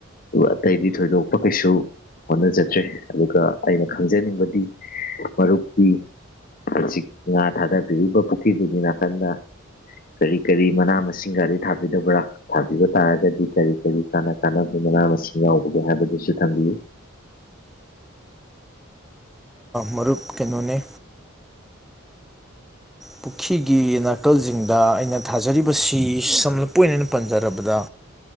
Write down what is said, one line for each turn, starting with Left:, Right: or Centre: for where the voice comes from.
Left: ꯑꯇꯩꯗꯤ ꯊꯣꯏꯗꯣꯛꯄ ꯀꯩꯁꯨ ꯍꯣꯠꯅꯖꯗ꯭ꯔꯦ ꯑꯗꯨꯒ ꯑꯩꯅ ꯈꯪꯖꯅꯤꯡꯕꯗꯤ ꯃꯔꯨꯞꯀꯤ ꯍꯧꯖꯤꯛ ꯉꯥ ꯊꯥꯗꯕꯤꯔꯤꯕ ꯄꯨꯈ꯭ꯔꯤꯗꯨꯒꯤ ꯅꯥꯀꯟꯗ ꯀꯔꯤ ꯀꯔꯤ ꯃꯅꯥ ꯃꯁꯤꯡꯒꯔꯤ ꯊꯥꯕꯤꯗꯕ꯭ꯔꯥ ꯊꯥꯕꯤꯕ ꯇꯥꯔꯒꯗꯤ ꯀꯔꯤ ꯀꯔꯤ ꯀꯥꯅ ꯀꯥꯟꯅꯕ ꯃꯅꯥ ꯃꯁꯤꯡ ꯌꯥꯎꯕꯒꯦ ꯍꯥꯏꯕꯗꯨꯁꯨ ꯊꯝꯕꯤꯌꯨ
Centre: ꯃꯔꯨꯞ ꯀꯩꯅꯣꯅꯤ ꯄꯨꯈ꯭ꯔꯤꯒꯤ ꯅꯥꯀꯜꯁꯤꯡꯗ ꯑꯩꯅ ꯊꯥꯖꯔꯤꯕꯁꯤ ꯁꯝꯂꯞꯄ ꯑꯣꯏꯅ ꯑꯩꯅ ꯄꯟꯖꯔꯕꯗ